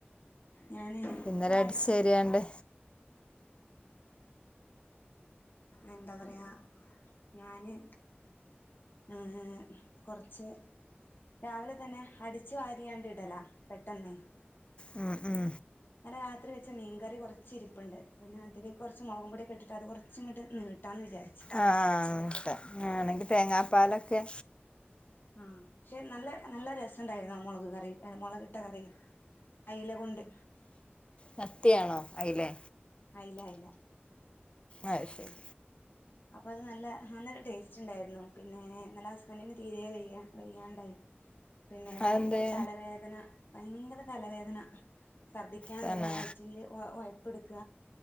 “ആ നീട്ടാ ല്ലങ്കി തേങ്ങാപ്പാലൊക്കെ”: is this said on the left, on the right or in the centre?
Left